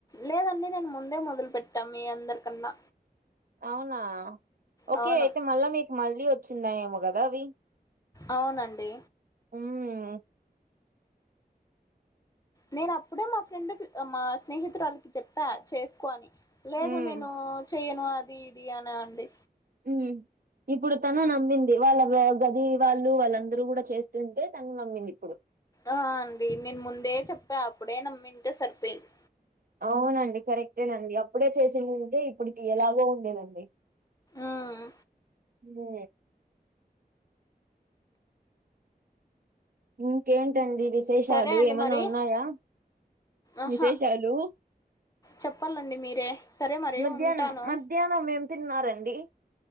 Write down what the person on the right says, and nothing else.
అవునా ఓకే
అయితే మల్ల మీకు మళ్లీ వచ్చిందేమో కదా అవి
మ్మ్
మ్మ్
మ్ ఇప్పుడు తను నమ్మింది వాళ్ళ గది వాళ్ళు వాళ్ళందరూ కూడా చేస్తుంటే తను నమ్మింది ఇప్పుడు
అవునండి కరెక్టేనండి అప్పుడే చేసిందింటే ఇప్పటికి ఎలాగో ఉండేదండి
ఊ ఇంకేంటండి విశేషాలు
ఏమన్నా
ఉన్నాయా
విసెశాలు
మధ్యాహ్నం
మధ్యాహ్నం ఏం తిన్నారండి